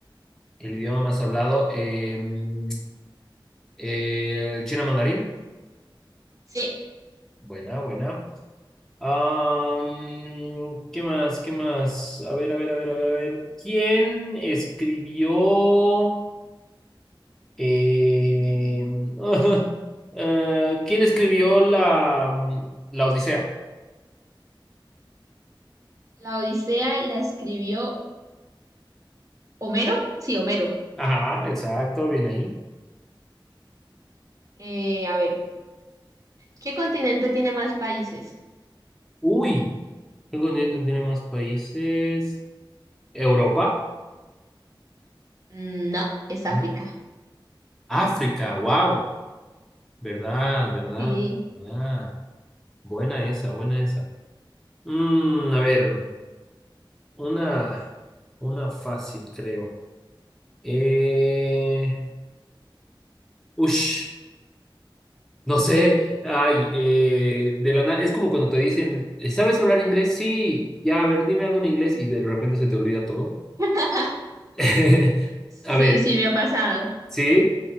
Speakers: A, in the centre; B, on the right.
A: el idioma más hablado. Em, el chino mandarín.
B: Sí,
A: Buena, buena. Am, ¿qué más? ¿Qué más? A ver, a ver, a ver, a ver, a ver. ¿Quién escribió? eh, <laughs> eh, ¿quién escribió la, mm, la Odisea?
B: la Odisea la escribió Homero. Sí, Homero.
A: Ajá, exacto, bien ahí.
B: Eh, a ver, ¿qué continente tiene más países?
A: Uy, ¿qué continente tiene más países? Europa,
B: Mm, No, es África.
A: Ujú. África, wow, verdad, verdad,
B: Sí,
A: verdad. Buena esa, buena esa. Mm, a ver, una, una fácil, creo. Eh, ush, no sé. Ay, eh, de la nada. Es como cuando te dicen, "Eh, ¿sabes hablar inglés? Sí, ya, a ver, dime algo en inglés y de repente se te olvida todo.
B: <laughs>
A: <laughs>
B: sí,
A: A ver,
B: sí me ha pasado.
A: sí.